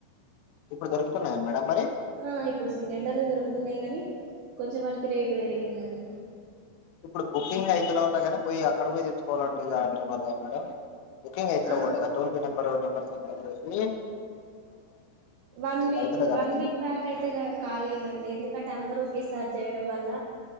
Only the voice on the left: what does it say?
ఇప్పుడు దొరుకుతున్నాయా మేడం మరి
ఇప్పుడు బుకింగ్ అయ్యితలేవ్ అట కానీ పోయి అక్కడ పోయి తెచ్చుకోవాలి అని అంటున్నారు కదా మేడ బుకింగ్ అయ్యితలేవ్
అటగా టోల్ ఫీ నెంబర్ ఊ నెంబర్ ష్వీ
అయితలేదట
కదా